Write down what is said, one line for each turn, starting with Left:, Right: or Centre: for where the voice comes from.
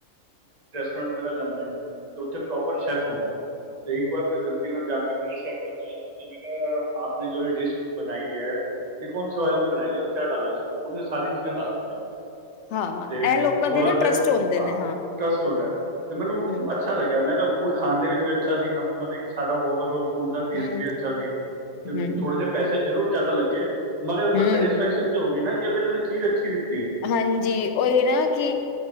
Right: ਟੋਂਰੇਂਟ ਵਗੈਰਾ ਜਾਂਦੇ ਆ ਤੇ ਉੱਥੇ ਪ੍ਰੋਪਰ ਸ਼ੈਫ ਅਉਂਦਾ ਐ ਤੇ ਇੱਕ ਵਾਰ ਮੈਂ ਗਲਤੀ ਨਾਲ ਜਾ ਕੇ <unintelligible> ਸ਼ੈਫ ਨਾਲ ਗੱਲ ਕੀਤੀ, ਮੈਂ ਕਿਹਾ ਆਪ ਨੇ ਜੋ ਇਹ ਡਿਸ਼ ਬਣਾਈ ਐ, ਇਹ ਕੌਣ‌ ਸੇ ਉਏਲ ਮੇ ਬਣਾਈ ਐ ਔਰ ਕਯਾ ਡਾਲਾ ਇਸਮੇ? ਉਹਨੇ ਸਾਰੀ ਚੀਜ਼ਾਂ ਦੱਸ ਦਿੱ ਤੀ ਮੈਨੂੰ
Left: ਹਾਂ
Right: ਤੇ
Left: ਇਹ ਲੋਕਾਂ
Right: ਥੋੜਾ
Left: ਦੇ ਨਾ
Right: ਫਿਰ
Left: ਟਰਸਟ ਹੁੰਦੇ
Right: ਹਾਂ
Left: ਨੇ
Right: ਟਰਸਟ ਹੋ ਗਿਆ ਤੇ ਮੈਨੂੰ
Left: ਹਮ
Right: ਅੱਛਾ ਲੱਗਿਆ, ਮੈਂ ਕਿਹਾ ਫੂਡ ਖਾਣ ਦੇ ਵਿੱਚ ਵੀ ਅੱਛਾ ਸੀਗਾ, ਮਤਲਬ ਕਿ ਸਾਰਾ ਓਵਰਆਲ ਫੂਡ ਦਾ ਟੇਸਟ
Left: ਹਮ
Right: ਵੀ ਅੱਛਾ ਸੀ ਤੇ
Left: ਹਮ
Right: ਥੋੜੇ ਜਿਹੇ ਪੈਸੇ ਜ਼ਰੂਰ ਜ਼ਿਆਦਾ ਲੱਗੇ ਮਗਰ ਏ ਤੋ
Left: ਹਮ
Right: ਸੈਟਿਸਫੈਕਸ਼ਨ ਜੋ ਹੋਗੀ ਨਾ ਕਿ ਅਗਲੇ ਵੀ ਚੀਜ਼ ਅੱਛੀ ਦਿੱਤ
Left: ਹਾਂਜੀ, ਉਹ ਇਹ ਨਾ ਕਿ